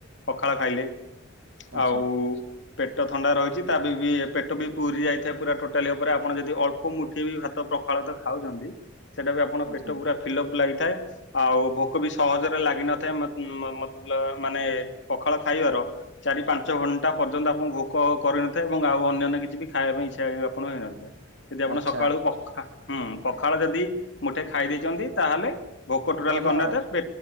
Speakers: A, on the left (about 60°); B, on the right (about 75°).
A: ପଖାଳ ଖାଇଲେ।
B: ଆଚ୍ଛା
A: ଆଉ ପେଟ ଥଣ୍ଡା ରହିଛି ତା ବି ପେଟ ବି ପୁରୀ ପୁରୀ ଯାଇଥାଏ ପୁରା ଟୋଟାଲି ଉପରେ ଆପଣ ଯଦି ଅଳ୍ପ ମୁଠି ବି ଭାତ ପ୍ରଖାଳ ଖାଉଛନ୍ତି ସେଇଟା ବି ଆପଣଙ୍କ
B: ଆଚ୍ଛା
A: ପେଟ ପୁରା ଫିଲ୍ ଅପ ଲାଗିଥାଏ ଆଉ ଭୋକ ବି ସହଜରେ ଲାଗିିନଥାଏ ମତେ ଉ ମୋତେ ମାନେ ପଖାଳ ଖାଇବାର ଚାରି ପାଞ୍ଚ ଘଣ୍ଟା ପର୍ଯ୍ୟନ୍ତ ଆପଣ ଭୋକ କର କରିନଥାଏ ଏବଂ ଆଉ ଅନ୍ୟାନ୍ୟ କିଛି ବି ଖାଇବା ପାଇଁ ଇଚ୍ଛା ଆପଣ ଥାଏ। ଯଦି ଆପଣ
B: ଆଚ୍ଛା
A: ସକାଳୁ ପଖା ହୁଁ ପଖାଳ ଯଦି ମୁଠେ ଖାଇ ଦେଇେଇଛନ୍ତି ତାହେଲେ ଭୋକ ଟୋଟାଲି
B: ଭଲ
A: କରନା
B: ଆଉ
A: ପେ